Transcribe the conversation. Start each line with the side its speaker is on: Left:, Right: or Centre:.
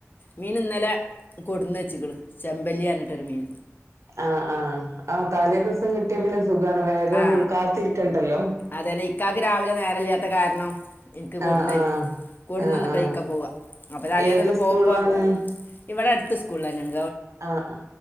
Left: മീൻ ഇന്നലെ കൊടുന്ന് വെച്ചക്കണ് ചെമ്പല്ലിയാണ് രൂ ടെെർമീൻ
Right: ആ ആ ആ തലേ ദിവസം കിട്ടിയ പിന്നെ സുഖമാണ് വേഗം
Left: ആ
Right: കാത്തിരിക്കണ്ടല്ലോ
Left: അതന്നെ ഇക്കാക്ക് രാവിലെ നേരമില്ലാത്ത കാരണം എനിക്ക് കൊടുന്ന്
Right: ആ ആ
Left: തരും കൊടുന്ന്
Right: ആ
Left: തന്നിട്ടാണ്
Right: ആ
Left: ഇക്ക പോവുക അപ്പോൾ തലേന്നുള്ള
Right: ഏത് സ്കൂളിലാണ്
Left: പോകുമ്പോൾ ഇവിടെ അടു സ്ൂളിൽ തന്നാണ്
Right: ആഹ